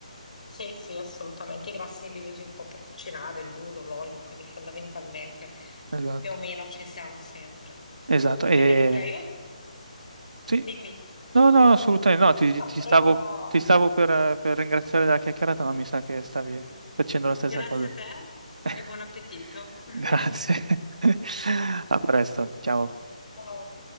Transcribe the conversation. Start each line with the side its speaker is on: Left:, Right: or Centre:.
Left: Sì, sì, assolutamente. I grassi li usi un po' per cucinare, il burro, l'olio, quindi fondamentalmente
Right: Esatto,
Left: più o meno ci siamo sempre.
Right: esatto.
Left: Bene,
Right: E,
Left: Luca, io
Right: sì,
Left: dimmi.
Right: no, no, assolutamente no, ti,
Left: No,
Right: ti
Left: volevo...
Right: stavo, ti stavo per, per ringraziare della chiacchierata, ma mi sa che stavi facendo la stessa
Left: Grazie
Right: cosa.
Left: a te
Right: <laughs>
Left: e buon appetito. <laughs>
Right: Grazie. <laughs> A presto, ciao.
Left: Ciao.